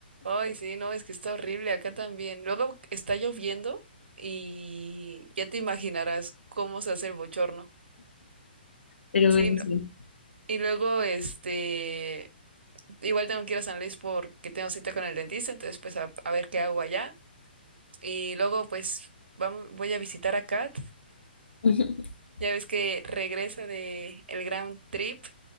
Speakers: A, on the right; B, on the left.
A: Ay, sí, no, es que está horrible acá también. Luego está lloviendo y ya te imaginarás cómo se hace el bochorno.
B: Pero
A: Sí,
B: bueno,
A: no-
B: sí.
A: y luego, este, igual tengo que ir a San Luis porque tengo cita con el dentista, entonces pues a, a ver qué hago allá. Y luego pues vamos, voy a visitar a Kat.
B: <laughs>
A: Ya ves que regresa de el Grand Trip,